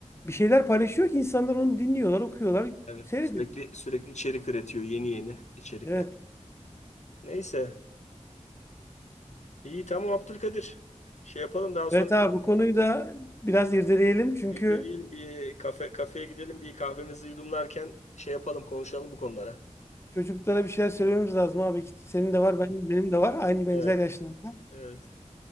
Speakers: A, on the left; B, on the left.
A: bir şeyler paylaşıyor ki insanlar onu dinliyorlar, okuyorlar,
B: Tabii.
A: seyrediyor.
B: Sürekli sürekli içerik üretiyor yeni yeni içerikler.
A: Evet.
B: Neyse. İyi tamam Abdülkadir. Şey yapalım daha sonra
A: Evet abi bu konuyu da biraz irdeleyelim çünkü
B: yüzdeleyelim bir kafe kafeye gidelim bir kahvemizi yudumlarken şey yapalım konuşalım bu konulara.
A: Çocuklara bir şeyler söylememiz lazım abi. Senin de var, benim, benim de var. Aynı benzer
B: Evet.
A: yaşlarda.
B: Evet.